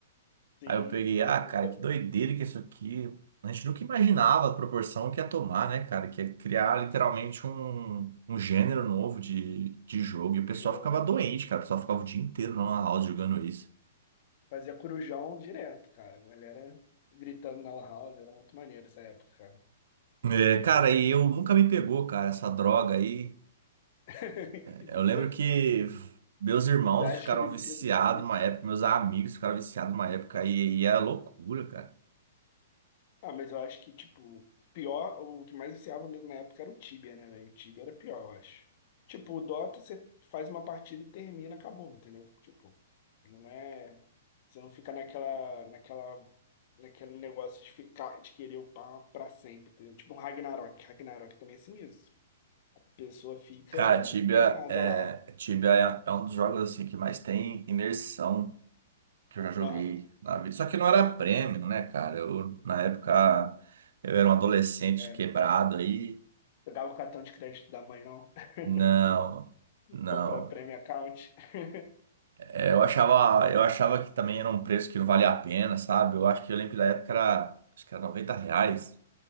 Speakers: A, on the left; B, on the right.
A: Sim,
B: Aí eu peguei, ah,
A: eu
B: cara,
A: eita
B: que doideira que é isso aqui. A gente nunca imaginava a proporção que ia tomar, né, cara? Que ia criar literalmente um, um gênero novo de, de jogo. E o pessoal
A: jogo.
B: ficava doente, cara. O pessoal ficava o dia inteiro na lan house jogando isso.
A: Fazia corujão direto, cara. A galera gritando na lan house, era muito maneiro essa época, cara.
B: É, cara, e eu nunca me pegou, cara, essa droga aí.
A: <laughs>
B: É, Eu lembro que meus irmãos
A: Você acha
B: ficaram
A: que vicia
B: viciados
A: desse jeito?
B: uma época, meus amigos ficaram viciados uma época, e, e é loucura, cara.
A: Ah, mas eu acho que, tipo, pior, o que mais viciava mesmo na época era o Tibia, né, velho? O Tibia era pior, eu acho. Tipo, o Dota, você faz uma partida e termina, acabou, entendeu? Tipo, não é. Você não fica naquela, naquela, naquele negócio de ficar, de querer upar pra sempre, entendeu? Tipo, um Ragnarok. Ragnarok também é sinistro. A pessoa fica
B: Cara, Tibia,
A: internada
B: é,
A: lá.
B: Tibia é, é um dos jogos assim que mais tem imersão que eu já joguei
A: Aham.
B: na vida. Só que não era prêmio, né, cara? Eu, na época, eu era um adolescente
A: É,
B: quebrado aí.
A: pegava o cartão de crédito da mãe, não? <laughs>
B: Não, não.
A: Comprar premium account. <laughs>
B: É, eu achava, eu achava que também era um preço que não valia a pena, sabe? Eu acho que eu lembro da época era, acho que era 90 reais.